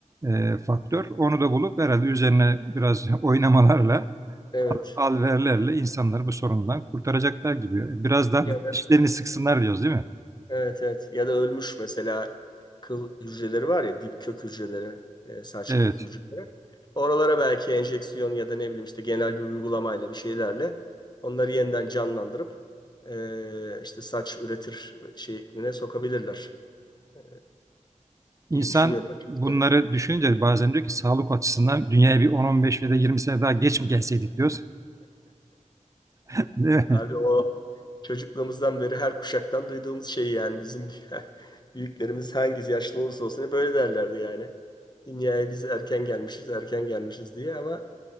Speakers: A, on the right; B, on the left.
A: e, faktör. Onu da bulup herhalde üzerine biraz <laughs> oynamalarla,
B: Evet.
A: alverlerle insanları bu sorundan kurtaracaklar gibi. Biraz daha
B: Ya da,
A: dişlerini sıksınlar diyoruz değil mi?
B: evet evet. Ya da ölmüş mesela kıl hücreleri var ya dip kök hücreleri, e, saç
A: Evet.
B: kök hücreleri. Oralara belki enjeksiyon ya da ne bileyim işte genel bir uygulamayla bir şeylerle onları yeniden canlandırıp e, işte saç üretir şekline sokabilirler e,
A: İnsan
B: diye düşünüyorum açıkçası.
A: bunları düşününce bazen diyor ki sağlık açısından dünyaya bir 10-15 ve de 20 sene daha geç mi gelseydik diyoruz. <laughs>
B: Abi o çocukluğumuzdan beri her kuşaktan duyduğumuz şey yani bizim <laughs> büyüklerimiz hangisi yaşlı olursa olsun hep böyle derlerdi yani. Dünyaya biz erken gelmişiz, erken gelmişiz diye ama